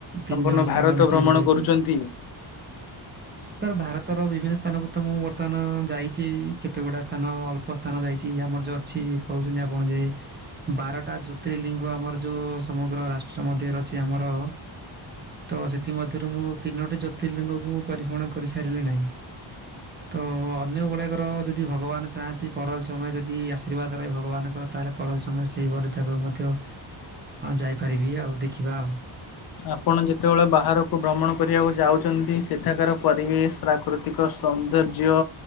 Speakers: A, on the left; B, on the right.
A: ସମ୍ପୂର୍ଣ୍ଣ
B: ତିନିଜଣ
A: ଭାରତ
B: ସାଙ୍ଗ ମିଶିକି
A: ଭ୍ରମଣ
B: ଯାଇକି।
A: କରୁଛନ୍ତି।
B: ସାର୍ ଭାରତର ବିଭିନ୍ନ ସ୍ତାନକୁ ତ ମୁଁ ବର୍ ସ୍ତାନ ଯାଇଚି ଏଇ କେତେଗୁଡା ସ୍ତାନ ଅଳ୍ପ ସ୍ତାନ ଯାଇଚି ଆମର ଯ ଅଛି କୋହୁଚନ୍ତି ଆପଣ ଯେ ବାରଟା ଜ୍ୟୋତିର୍ଲିଙ୍ଗ ଆମର ଯୋଉ ସମଗ୍ର ରାଷ୍ଟ୍ର ମଧ୍ୟରେ ଅଛି ଆମର ତ ସେଥିମରୁ ମୁଁ ତିନୋଟି ଜ୍ୟୋତିର୍ଲିଙ୍ଗକୁ ପରିଭ୍ରମଣ କରିସାରିଲି ନାହିଁ। ତ ଅନ୍ୟଗୁଡ଼ାକର ଯଦି ଭଗବାନ ଚାହାନ୍ତି ପର ସମୟ ଯଦି ଆଶୀର୍ବାଦ ରହେ ଭଗବାନଙ୍କର ତାହେଲେ ପର ସମୟରେ ସେଇ ପଟ ଜାଗାକୁ ମଧ୍ୟ ଯାଇପାରିବି ଆ ଦେଖିବା ଆଉ।
A: ଆପଣ ଯେତେବେଳେ ବାହାରକୁ ଭ୍ରମଣ କରିବାକୁ ଯାଉଚନ୍ତି ସେଠାକାର ପରିବେଶ ପ୍ରାକୃତିକ ସୌନ୍ଦର୍ଯ୍ୟ